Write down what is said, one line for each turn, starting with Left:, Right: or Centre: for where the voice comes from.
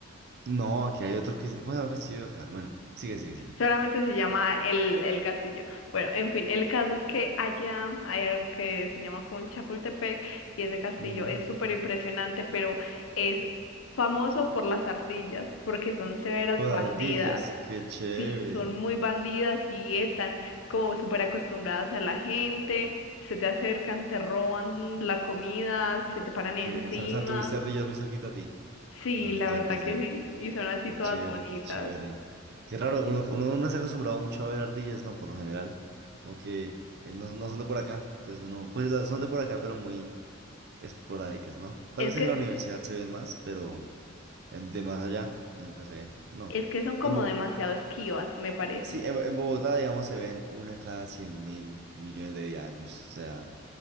Right: No, aquí hay otro que... se- ¿Cómo se llama el castillo de acá? Bueno, sigue, sigue, sigue.
Left: Solamente se llama el, el castillo. Bueno, en fin, el caso es que allá hay algo que se llama como el Chapultepec y ese castillo
Right: Ujú.
Left: es súper impresionante, pero es famoso por las ardillas, porque son severas
Right: Por
Left: bandidas.
Right: ardillas, qué chévere.
Left: Sí, son muy bandidas y están como súper acostumbradas a la gente, se te acercan, te roban la comida, se te paran encima.
Right: Qué- O sea, o sea, tuviste ardillas muy cerquita a ti.
Left: Sí,
Right: durante
Left: la
Right: todo
Left: verdad
Right: el paseo.
Left: que sí, y son así
Right: Qué
Left: todas
Right: chévere,
Left: bonitas.
Right: qué chévere. Qué raro, uno, uno no se ha acostumbrado mucho a ver ardillas, ¿no? Por lo general, como que eh, no, no son de por acá, entonces uno, pues la- son de por acá, pero muy esporádicas, ¿no? Tal
Left: Es
Right: vez
Left: que
Right: en la universidad se ven más, pero en- de más allá nunca se ven, no.
Left: Es que son como
Right: En Bo-
Left: demasiado esquivas, me parece.
Right: sí, en, en Bogotá, digamos, se ven una cada 100 mil millones de años, o sea,